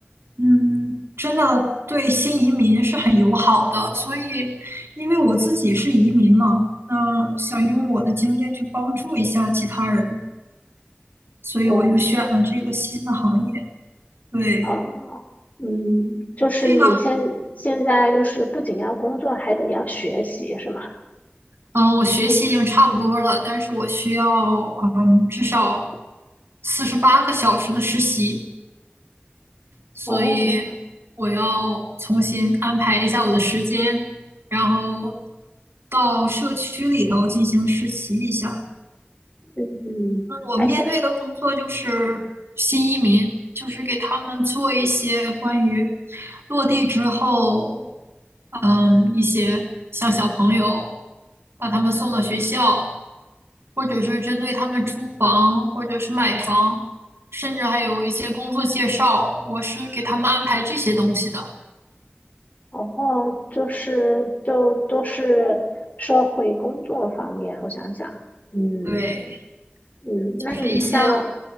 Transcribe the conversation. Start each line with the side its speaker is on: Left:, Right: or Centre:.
Right: 嗯，真的对新移民是很友好的。所以，因为我自己是移民嘛，那想用我的经验去帮助一下其他人，所以我就选了这个新的行业。
Left: 哦，
Right: 对。
Left: 哦，嗯，就是你现现在就是不仅要工作，
Right: 这个，
Left: 还得要学习，是吗？
Right: 嗯，我学习已经差不多了，但是我需要，嗯，至少四十八个小时的实习，所以我要重新安排一下我的时间，
Left: 哦，
Right: 然后到社区里头进行实习一下。
Left: 嗯，
Right: 那我面对的工作就是新移民，
Left: 而且
Right: 就是给他们做一些关于落地之后，嗯，一些像小朋友，把他们送到学校。或者是针对他们租房，或者是买房，甚至还有一些工作介绍，我是给他们安排这些东西的。
Left: 哦，就是就都是社会工作方面，我想想，嗯
Right: 对，
Left: 嗯，
Right: 就是一些，
Left: 那你像